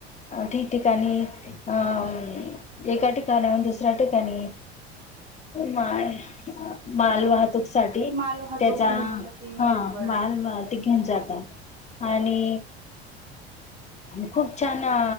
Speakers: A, on the left (about 20°); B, on the right (about 65°).
A: ठिक-ठिकाणी अ, एका ठिका एका ठिकाणहुन दुसऱ्या ठिकाणी, माल, माल वाहतूक साठी,
B: माल वाहतूक
A: त्याचा
B: घेण्यासाठी हो
A: हा
B: बरोबर
A: माल वाहत घेऊन जातात. आणि आणि खूप छान अ,